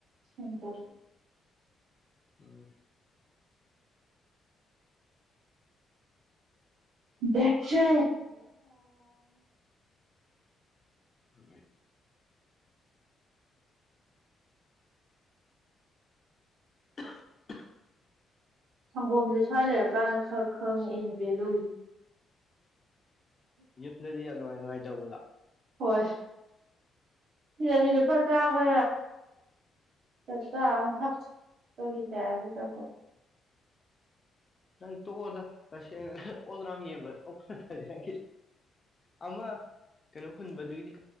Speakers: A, on the right; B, on the left.
A: ꯁꯤ ꯇ
B: ꯎ
A: ꯗꯆ
B: ꯍ <unintelligible>
A: ꯁꯪꯒꯣꯝꯁꯦ ꯁ꯭ꯋꯥꯏ ꯂꯩꯔꯀꯥꯟꯗ ꯈꯔ ꯈꯪꯉꯦ ꯑꯩꯅ ꯚꯦꯂꯨꯏ
B: ꯌꯨꯝꯗꯗꯤ ꯌꯥꯝ ꯅꯨꯡꯉꯥꯏ ꯅꯨꯡꯉꯥꯏ ꯇꯧꯕꯗ
A: ꯍꯣꯏ ꯊꯤꯔ ꯊꯔ ꯄ ꯆꯥꯕ ꯊ ꯊꯛ ꯇꯒꯤ ꯇꯔ ꯇ
B: ꯅꯪ ꯇꯣꯛꯑꯣꯗ ꯇꯁꯦꯡꯅ ꯑꯣꯜ ꯔꯥꯎ ꯌꯦꯡꯕꯗ ꯇꯄ ꯑꯃ ꯀꯩꯅꯣ ꯍꯟꯕꯗꯨꯗꯤ